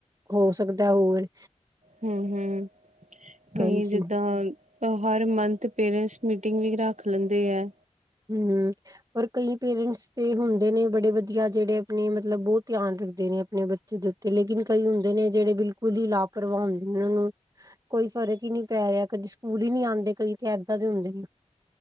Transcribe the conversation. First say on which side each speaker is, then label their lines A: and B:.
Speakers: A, on the right; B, on the right.
A: ਹੋ ਸਕਦਾ ਹੋਰ
B: ਹੂੰ ਹੂੰ ਕਈ
A: ਹਾਂਜੀ
B: ਜਿੱਦਾਂ ਹਰ ਮੰਥ ਪੇਰੈਂਟਸ ਮੀਟਿੰਗ ਵੀ ਰੱਖ ਲੈਂਦੇ ਹੈ।
A: ਹੂੰ,,, ਪਰ ਕਈ ਪੇਰੈਂਟਸ ਤੇ ਹੁੰਦੇ ਨੇ ਬੜੇ ਵਧੀਆ ਜਿਹੜੇ ਆਪਣੇ ਮਤਲਬ ਬਹੁਤ ਧਿਆਨ ਦਿੰਦੇ ਨੇ ਆਪਣੇ ਬੱਚੇ ਦੇ ਤੇ ਲੇਕਿਨ ਕਈ ਹੁੰਦੇ ਨੇ ਜਿਹੜੇ ਬਿਲਕੁਲ ਹੀ ਲਾਪਰਵਾਹ <unintelligible> ਕੋਈ ਫਰਕ ਹੀ ਨਹੀਂ ਪੈ ਰਿਹਾ ਕਦੀ ਸਕੂਲ ਹੀ ਨਹੀਂ ਆਉਂਦੇ ਕਈ ਇੱਦਾਂ ਦੇ ਹੁੰਦੇ ਨੀ